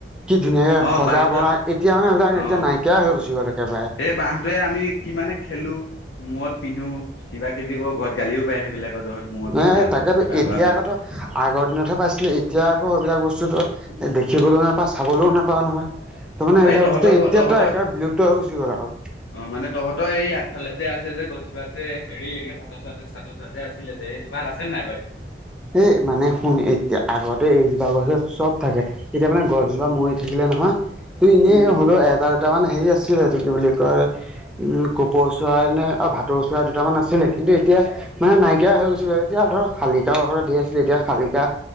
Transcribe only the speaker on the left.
অ
বাঁহটো
অ
সেই বাঁহটোৱে আমি কিমানে খেলো, মূৰত নিধু, কিবা কিবি কৰো ঘৰত গালিও সেইবিলাকৰহত মূৰত
পিধা
জহত কিবা
কৰা যত।
অ
এই তহঁতৰ
ঘ তহঁতৰ
অ', মানে তহঁতৰ এই আগফালে যে আছে যে গছজোপা যে হেৰি এনেকে ত তোৱা যে আছিলে যে য়েজুপত আছে নাই
উম উম।